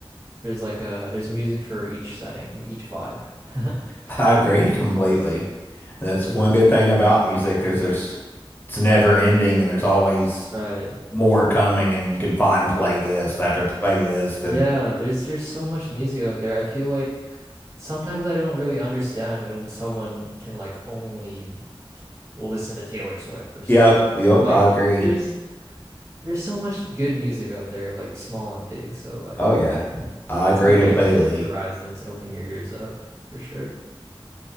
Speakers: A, on the right; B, on the left.
A: There's like a there's music for each setting, each vibe. <laughs>
B: <laughs> I agree completely. That's
A: Mm.
B: one good thing about music is there's it's never ending and there's always
A: Right.
B: more coming and you can find playlist after playlist
A: Yeah,
B: and
A: there's there's so much music out there. I feel like sometimes I don't really understand when someone can like only listen to Taylor Swift or something.
B: yep, yep,
A: Or like
B: I agree.
A: there's there's so much good music out there, like small and big. So I feel
B: Oh yeah.
A: like
B: I
A: it's
B: agree
A: good
B: completely.
A: to expand your horizons and open your ears up for sure.